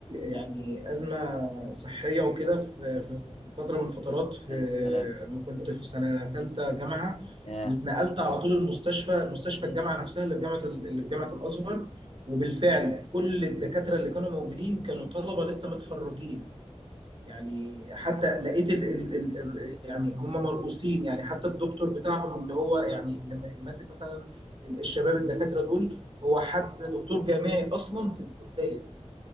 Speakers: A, on the right (about 45°); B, on the left (about 70°).
A: يعني ازمه صحيه وكده في في في فتره من الفترات في
B: الف سلام
A: لما كنت في سنه ثالثه جامعه
B: اه
A: واتنقلت على طول المستشفى مستشفى الجامعه نفسها اللي في جامعه ال- اللي في جامعه الازهر وبالفعل كل الدكاتره اللي كانوا موجودين كانوا طلبه لسه متخرجين يعني حتى لقيت ال ال ال ال- يعني هم مرؤوسين يعني حتى الدكتور بتاعهم اللي هو يعني اللي م- اللي ماسك مثلا ال- الشباب الدكاترة دول هو حد دكتور جامعي أصلا في الكلية